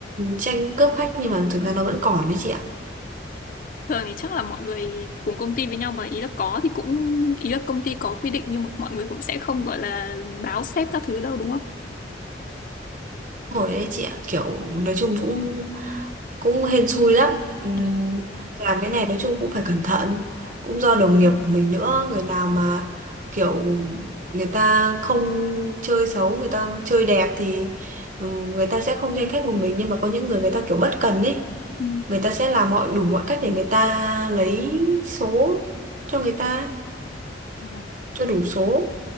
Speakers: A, on the right; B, on the left.
A: tranh cướp khách nhưng mà thực ra nó vẫn còn đấy chị ạ
B: Thường thì chắc là mọi người cùng công ty với nhau mà ý là có thì cũng ý là công ty có quy định nhưng mà mọi người cũng sẽ không gọi là báo sếp các thứ đâu đúng không?
A: hồi đấy chị ạ kiểu nói chung cũng cũng hên xui lắm Ừm,
B: Ừ.
A: làm cái này nói chung cũng phải cẩn thận cũng do đồng nghiệp của mình nữa người nào mà kiểu người ta không chơi xấu người ta chơi đẹp thì ừm, người ta sẽ không tranh khách của mình nhưng mà có những người người ta kiểu bất cần ấy
B: Ừ.
A: người ta sẽ làm mọi đủ mọi cách để người ta lấy số cho người ta
B: Ừ.
A: cho đủ số